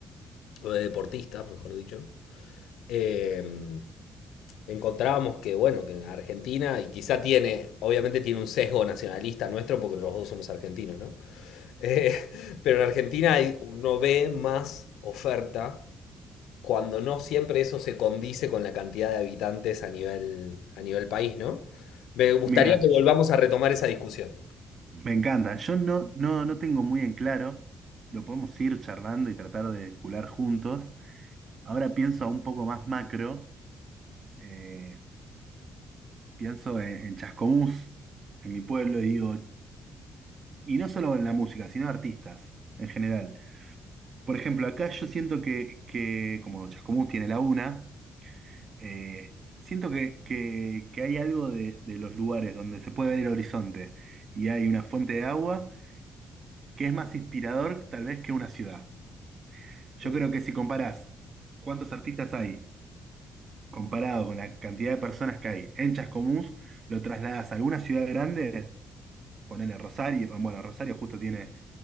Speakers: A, on the left; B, on the right.
A: o de deportistas, mejor dicho, eh, encontrábamos que, bueno, que Argentina, y quizá tiene, obviamente tiene un sesgo nacionalista nuestro, porque los dos somos argentinos, ¿no? <laughs> Eh, pero en Argentina hay- uno ve más oferta cuando no siempre eso se condice con la cantidad de habitantes a nivel, a nivel país, ¿no? Me gustaría
B: Mira,
A: que volvamos
B: yo-
A: a retomar esa discusión.
B: me encanta. Yo no, no, no tengo muy en claro. Lo podemos ir charlando y tratar de cular juntos. Ahora pienso a un poco más macro. eh, pienso en, en Chascomús, en mi pueblo, y digo, y no solo en la música, sino artistas en general. Por ejemplo, acá yo siento que, que como Chascomús tiene la UNA. Eh, siento que, que- que hay algo de, de los lugares donde se puede ver el horizonte y hay una fuente de agua que es más inspirador tal vez que una ciudad. Yo
A: Ujú.
B: creo que si comparás cuántos artistas hay comparado con la cantidad de personas que hay en Chascomús, lo trasladas a alguna ciudad grande, ponele Rosario, bueno, Rosario justo tiene